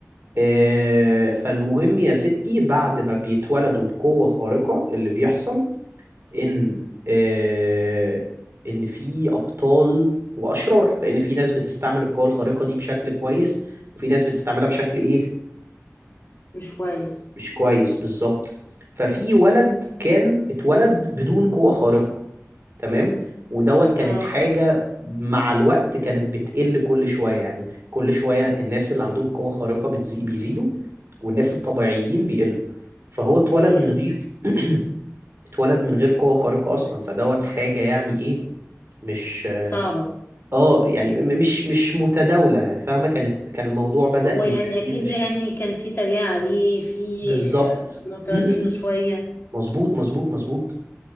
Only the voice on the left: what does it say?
مش كويس
اه
بيقل
صعبة
هو
يعني اكيد
يعني
كان في تريقة عليه في
معترضينه
شوية